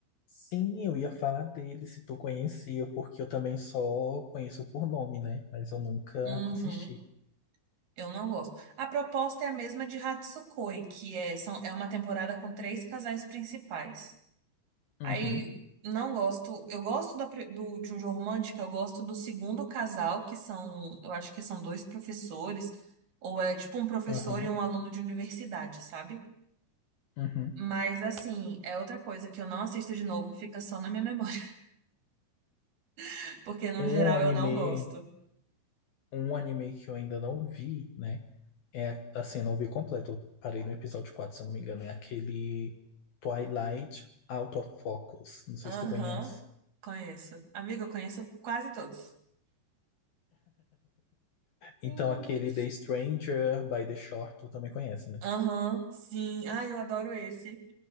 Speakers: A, on the left; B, on the right.
A: Sim, eu ia falar dele se tu conhecia, porque eu também só conheço por nome, né? Mas eu nunca
B: Uhum.
A: assisti.
B: Eu não gosto. A proposta é a mesma de Hatsukoi, que é, são, é uma temporada com três casais principais.
A: Uhum,
B: Aí não gosto. Eu gosto da pri- do, de um jogo romântico, eu gosto do segundo casal, que são, eu acho que são dois professores, ou é tipo um professor
A: aham,
B: e um aluno de universidade, sabe?
A: uhum.
B: Mas assim, é outra coisa que eu não assisto de novo, fica só na minha memória, <laughs> porque no
A: Um
B: geral
A: anime.
B: eu não gosto.
A: Um anime que eu ainda não vi, né? É, assim, não vi completo. Eu parei no episódio 4, se eu não me engano. É aquele Twilight Out of Focus. Não sei
B: Aham,
A: se tu conhece.
B: conheço. Amiga, eu conheço quase todos. Hum.
A: Então, aquele The Stranger by the Shore, tu também conhece, né?
B: Aham, sim. Ai, eu adoro esse.